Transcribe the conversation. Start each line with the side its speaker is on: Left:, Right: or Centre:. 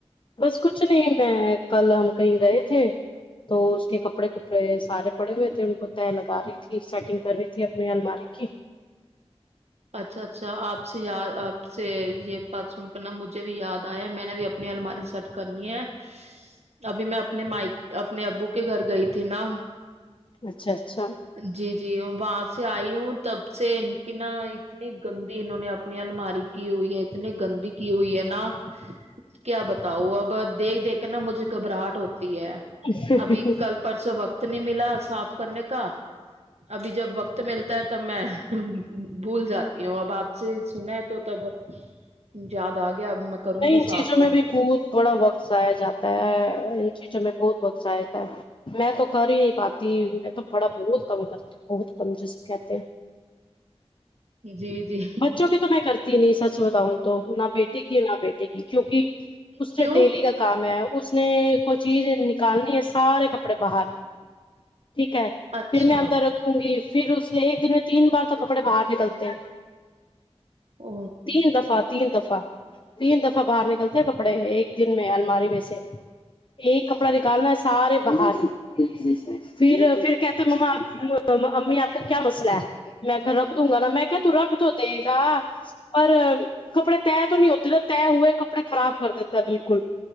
Left: بس کچھ نہیں میں کل ہم کہیں گئے تھے تو اس کے کپڑے کپڑے سارے پڑے ہوئے تھے ان کو طے لگا رہی تھی سیٹنگ کر رہی تھی اپنی الماری کی
Right: اچھا اچھا آپ سے یا آپ سے یہ بات سن کرنا مجھے بھی یاد آیا ہے میں نے بھی اپنی الماری سیٹ کرنی ہے ابھی میں اپنے مائک اپنے ابو کے گھر گئی تھی نا
Left: اچھا اچھا
Right: جی جی جی ہ وہاں سے آئی ہوں تب سے ان کی نہ اتنی گندی انہوں نے اپنی الماری کی ہوئی ہے اتنی گندی کی ہوئی ہے نا کیا بتاؤ اب دیکھ دیکھ کہنا مجھے گبراہٹ ہو ہے
Left: ہوں
Right: ابھی کل پرسوں وقت اتنی ملا صاف کرنے کا ابھی جب وقت ملتا ہے تب میں بھول جات یہا باپ سے سنا تو تب یاد آ گیا اب میں کروں
Left: نہیں
Right: گی
Left: ان
Right: صاف
Left: چیزوں میں بھی بہت بڑا وقت جایا جاتا ہے ان چیزوں بہت وقص آیاتا ہے میں تو کر ہی نہیں پاتی میں تو بڑا بہت کم کرتی ہوں بہت کمس کہتے ہیں
Right: جی جی
Left: بچوں کے تو میں کر نہیں سچ بتاؤں تو نہ بیٹے گ نہ بیٹھے گی کیونکہ <inaudible> اس
Right: کیوں
Left: سے ڈیلی کا کام ہے اس نے کو چیز نکالنی ہے سارے کپڑے کڑے باہر ٹھیک ہے
Right: اچھا
Left: پھر میں اندر رکھوں گی پھر اس نے ایک دن میں تین بار تو کپڑے باہر نکلتے کیا
Right: او
Left: تین دفعہ تین دفعہ تین دفعہ باہر نکلتے ہیں کپڑے ایک دن میں الماری میں سے ایک کپڑا نکالنا ہے سارے باہر پھر پھر کہتے مماپ امی آپ کا کیا مسلہ ہے میں رکھ دوں گا نا میں کہ رکھ تو دے گا پر کپڑے طے تو نہیں ہوتے ن طے ہوئے کپڑے خراب کر دیتا ہے بالکل